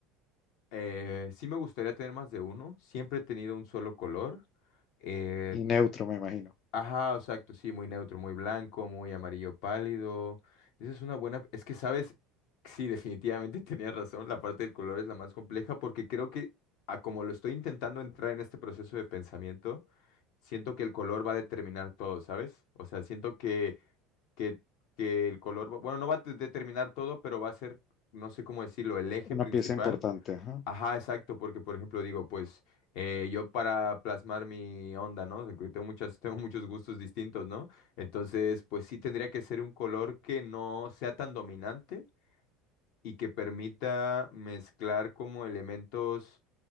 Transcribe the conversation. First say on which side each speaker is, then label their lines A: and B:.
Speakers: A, on the left; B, on the left.
A: Eh, sí me gustaría tener más de uno. Siempre he tenido un solo color. Eh,
B: Y neutro, me imagino.
A: ajá, exacto, sí, muy neutro, muy blanco, muy amarillo pálido. Esa es una buena... Es que, ¿sabes? Sí, definitivamente <laughs> tenías razón. La parte del color es la más compleja porque creo que a como lo estoy intentando entrar en este proceso de pensamiento, siento que el color va a determinar todo, ¿sabes? O sea, siento que, que, que el color... va- Bueno, no va a te- determinar todo, pero va a ser, no sé cómo decirlo, el eje
B: Una
A: principal.
B: pieza importante. ajá.
A: Ajá, exacto, porque por ejemplo digo, pues eh, yo para plasmar mi onda, ¿no? Que Tengo muchas, <laughs> tengo muchos gustos distintos, ¿no? Entonces, pues sí tendría que ser un color que no sea tan dominante y que permita mezclar como elementos